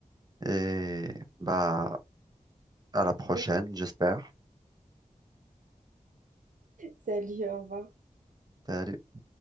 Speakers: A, on the right; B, on the right.
A: et bah, à
B: <laughs>
A: la prochaine, j'espère.
B: Salut, au revoir.
A: Salut.